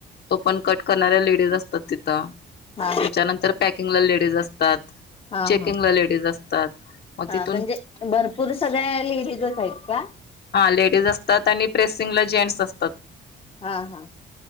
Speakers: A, on the left (about 55°); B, on the left (about 30°).
A: तो पण कट. करणाऱ्या लेडीज असात. तिथ त्याच्यानंतर
B: हा
A: पॅकिंगला लेडीज असतात
B: हा
A: चेकिंगला
B: हा
A: लेडीज असतात मग
B: हा
A: तिथून
B: म्हणजे भरपूर सगळ्या लेडीजच आहेत का?
A: लेडीज असतात आणि जें असतात.
B: हा हा.